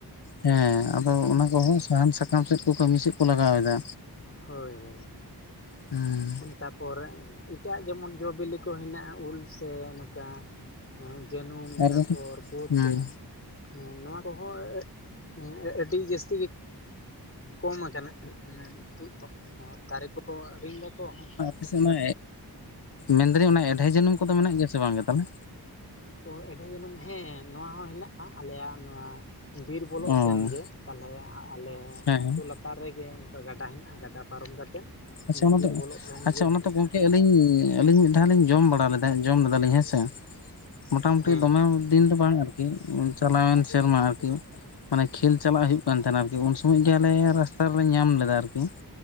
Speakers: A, on the left (about 80°); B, on the left (about 35°).
A: ᱦᱮᱸ ᱟᱫᱚ ᱚᱱᱟ ᱠᱚᱦᱚᱸ ᱥᱟᱦᱟᱱ ᱥᱟᱠᱟᱢ ᱥᱮᱫ ᱠᱚ ᱠᱟᱹᱢᱤ ᱥᱮᱫᱠᱩ ᱞᱟᱜᱟᱣᱫᱟ
B: ᱦᱳᱭ ᱦᱳᱭ
A: ᱦᱩᱸ
B: ᱛᱟᱯᱚᱨ ᱮᱴᱟᱜ ᱡᱮᱢᱚᱱ ᱡᱚᱼᱵᱤᱞᱤ ᱠᱚ ᱦᱮᱱᱟᱜᱼᱟ ᱩᱞ ᱥᱮ ᱱᱚᱝᱠᱟ ᱡᱟᱹᱱᱩᱢ
A: ᱟᱨ
B: ᱛᱟᱨᱯᱚᱨ
A: ᱵᱟᱝᱠᱷᱟᱱ
B: ᱠᱩᱫᱠᱚ
A: ᱦᱩᱸ
B: ᱱᱚᱣᱟ ᱠᱚ ᱦᱚᱸ ᱦᱮᱸ ᱟᱹᱰᱤ ᱡᱟᱹᱥᱛᱤ ᱜᱮ ᱠᱚᱢ ᱠᱟᱱᱟ ᱱᱤᱛᱚᱜ ᱫᱚ ᱫᱟᱨᱮ ᱠᱚ ᱟᱹᱠᱷᱤᱨᱤᱧ ᱫᱟᱠᱚ ᱦᱮᱸ
A: ᱟᱪᱷᱟ ᱢᱟ ᱢᱮᱱᱫᱟᱞᱤᱧ ᱚᱱᱟ ᱮᱰᱷᱮ ᱡᱟᱹᱱᱩᱢ ᱠᱚᱫᱚ ᱢᱮᱱᱟᱜ ᱜᱮᱭᱟ ᱥᱮ ᱵᱟᱝ ᱜᱮ ᱛᱟᱦᱚᱞᱮ
B: ᱛᱚ ᱮᱰᱷᱮᱨ ᱡᱟ. ᱱᱩᱢ ᱦᱮᱸ ᱱᱚᱣᱟ ᱦᱚᱸ ᱦᱮᱱᱟᱜᱼᱟ ᱟᱞᱮᱭᱟᱜ ᱱᱚᱣᱟ ᱵᱤᱨ ᱵᱚᱞᱚᱜ
A: ᱚ
B: ᱥᱮᱱ ᱜᱮ ᱛᱟᱞᱦᱮ ᱟᱞᱮ
A: ᱦᱮᱸ
B: ᱟᱹᱛᱩ
A: ᱦᱮᱸ
B: ᱞᱟ ᱛᱟᱨ ᱨᱮᱜᱮ ᱱᱚᱝᱠᱟ ᱜᱟᱰᱟ ᱦᱮᱱᱟᱜᱼᱟ ᱜᱟᱰᱟ ᱯᱟᱨᱚᱢ ᱠᱟᱛᱮᱫ
A: ᱟᱪᱷᱟ ᱚᱱᱟ
B: ᱵᱤᱨ
A: ᱫᱚ
B: ᱵᱚᱞᱚᱜ ᱴᱷᱮᱱ
A: ᱟᱪᱷᱟ
B: ᱜᱮ
A: ᱚᱱᱟ
B: ᱦᱮᱱᱟᱜᱼᱟ
A: ᱫᱚ ᱜᱚᱝᱠᱮ ᱟᱹᱞᱤᱧ ᱟᱹᱞᱤᱧ ᱢᱤᱫ ᱫᱷᱟᱣ ᱞᱤᱧ ᱡᱚᱢ ᱵᱟᱲᱟ ᱞᱮᱫᱟ ᱡᱚᱢ ᱞᱮᱫᱟᱞᱤᱧ ᱦᱮᱸᱥᱮ ᱢᱚᱴᱟ ᱢᱩᱴᱤ
B: ᱦᱮᱸ
A: ᱫᱚᱢᱮ ᱫᱤᱱ ᱫᱚ ᱵᱟᱝ ᱟᱨᱠᱤ ᱪᱟᱞᱟᱣᱮᱱ ᱥᱮᱨᱢᱟ ᱟᱨᱠᱤ ᱢᱟᱱᱮ ᱠᱷᱮᱞ ᱪᱟᱞᱟᱜ ᱦᱩᱭᱩᱜ ᱠᱟᱱ ᱛᱟᱦᱮᱱᱟ ᱟᱨᱠᱤ ᱩᱱ ᱥᱚᱢᱚᱭ ᱜᱮ ᱟᱞᱮ ᱨᱟᱥᱛᱟ ᱨᱮᱞᱮ ᱧᱟᱢ ᱞᱮᱫᱟ ᱟᱨᱠᱤ